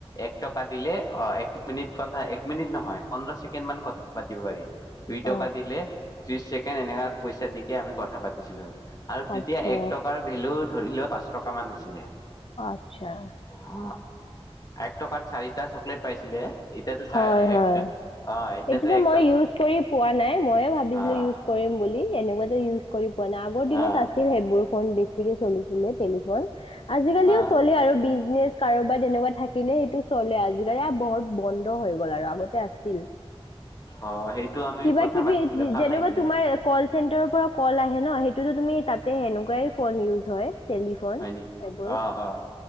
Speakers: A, on the left (about 35°); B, on the left (about 55°).
A: এক টকা দিলে অ' এক মিনিট কথা, এক মিনিট নহয় পোন্ধৰ ছেকেণ্ড মান কথা পাতিব পাৰি। দুই
B: অ
A: টকা দিলে ত্ৰিশ ছেকেণ্ড এনেকা পইচা দি কে আমি কথা পাতিছিলো। আৰু তেতিয়া
B: আচ্ছা
A: এক টকাৰ ভেলুত ধৰি লও পাঁচ টকামান আছিলে।
B: অ' আচ্ছা।
A: অ এক টকাত চাৰিটা চকলেট পাইছিলে। এতিয়াতো চ
B: হয়,
A: এক
B: হয়
A: অ এতিয়াতো
B: এইটোতো
A: এক
B: মই
A: টক
B: ইউজ কৰি পোৱা নাই, ময়ো ভাৱিছিলো
A: অ
B: ইউজ কৰিম বুলি। এনেকুৱা টো ইউজ কৰি পোৱা নাই আগৰ
A: অ',
B: দিনত আছিল সেইবোৰ ফোন বেছি। ঠিকে চলি টেলিফ আজিকালিও
A: অ',
B: চলে আৰু বিজনেচ কাৰোবাৰ তেনেকুৱা থাকিলে সেইটো চলে আজিকালি বহুত বন্ধ হৈ গ'ল আৰু আগতে আছিল
A: অ', সেইটো আমি
B: কিবা
A: কথা
B: কিবি
A: পাতিছিলে ভাল
B: যেনেকুৱা
A: লাগিছিলে
B: তোমাৰ কল চেণ্টাৰ পৰা কল আহে ন সেইটোতো তুমি তাত তে সেনেকুৱাই ফোন ইউজ হয় টেলিফোন
A: হয় নেকি
B: সেইবোৰ
A: অ' অ'